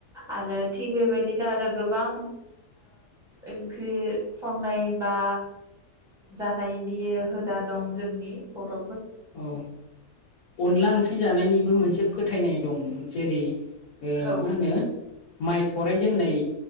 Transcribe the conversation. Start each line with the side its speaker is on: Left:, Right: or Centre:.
Centre: आरो थिग बेबायदिनो आरो आरो गोबां ओंख्रि संनाय बा जानायनि हुदा दं जोंनि बर'
Left: औ अनला ओंख्रि जानायनिबो मोनसे फोथायनाय दं जेरै
Centre: औ
Left: मा होनो माइ थरायजेननाय